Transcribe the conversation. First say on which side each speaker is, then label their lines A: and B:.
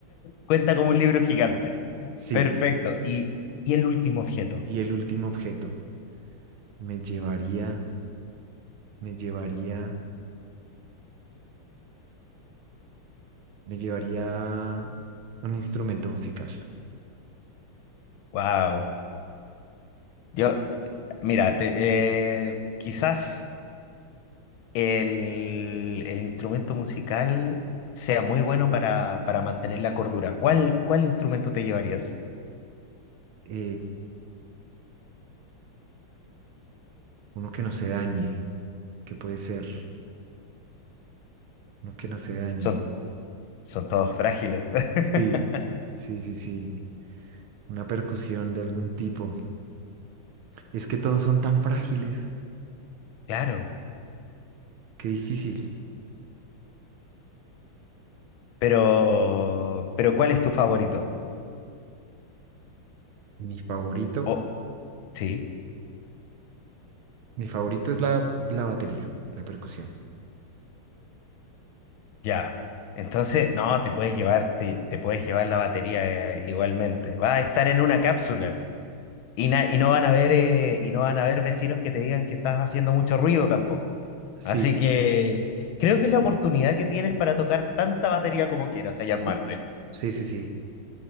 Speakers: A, on the left (about 75°); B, on the right (about 75°).
A: Cuenta como un libro gigante.
B: Sí,
A: Perfecto. Y, y el último objeto.
B: y el último objeto, me llevaría, me llevaría, me llevaría un instrumento musical.
A: Wow. Yo, mira, te- eh, quizás el, el instrumento musical sea muy bueno para, para mantener la cordura. ¿Cuál, cuál instrumento te llevarías?
B: Eh, uno que no se dañe, que puede ser, uno que no se dañe.
A: Son, son todos frágiles. <laughs>
B: Sí, sí, sí, sí. Una percusión de algún tipo. Es que todos son tan frágiles.
A: Claro.
B: Qué difícil.
A: Pero, pero ¿cuál es tu favorito?
B: Mi favorito,
A: Oh, sí.
B: mi favorito es la, la batería, la percusión.
A: Ya. Entonces, no, te puedes llevar, te, te puedes llevar la batería eh, igualmente. Va a estar en una cápsula y, na- y no van a ver, eh, y no van a ver vecinos que te digan que estás haciendo mucho ruido tampoco.
B: Sí.
A: Así que creo que es la oportunidad que tienes para tocar tanta batería como quieras allá en Marte.
B: Uf. Sí, sí, sí.